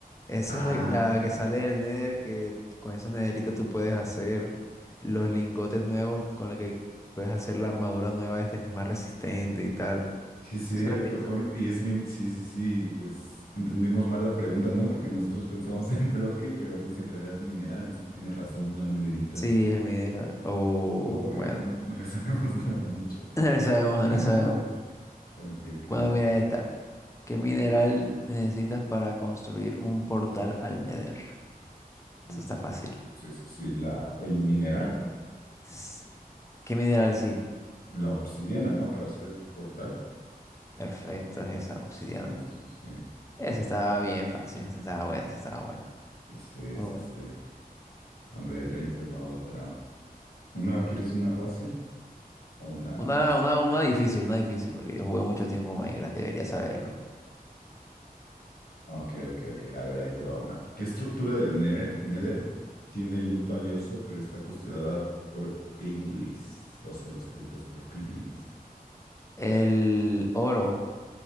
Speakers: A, on the left (about 20°); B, on the left (about 70°).
A: Esa
B: Ah,
A: es la, la que sale del Nether, que con esa Nederita tú puedes hacer los lingotes nuevos con la que puedes hacer la armadura nueva esta que es más resistente y tal.
B: sí es cierto.
A: ¿Sí lo has visto?
B: Con... Y es min... Sí, sí, sí. Pues entendimos mal la pregunta, ¿no? Porque nosotros pensamos <laughs> en bloque, pero dice en realidad mineral y sí tiene razón la nederita.
A: Sí, es el mineral. Oh,
B: Oh,
A: bueno.
B: eh, no,
A: <clears throat>
B: no le sabemos <laughs> nada y mucho.
A: <laughs> No le sabemos, no
B: <laughs>
A: le sabemos.
B: Ok, ok.
A: Bueno, mira esta. ¿Qué mineral necesitas para construir un portal al Nether?
B: Uf,
A: Eso está fácil.
B: Sí, sí, sí. La, el mineral,
A: S- ¿Qué mineral sí?
B: la obsidiana, ¿no? Para hacer el portal.
A: Perfecto, es esa obsidiana.
B: Sí, sí, sí.
A: Esa estaba bien fácil, esa estaba buena, esa estaba buena.
B: Sí,
A: Muy
B: sí,
A: buena.
B: sí. A ver, ahí te va otra. ¿Una, quieres una fácil o una
A: Una,
B: más?
A: una, una difícil, una difícil, porque yo jugué mucho tiempo Minecraft, debería saberlo.
B: Ok, ok, ok. A ver, ahí te va una. ¿Qué estructura del Nether, Nether tiene loot valioso, pero está custodiada por piglins? Lo sé, los cerditos por piglins.
A: El oro,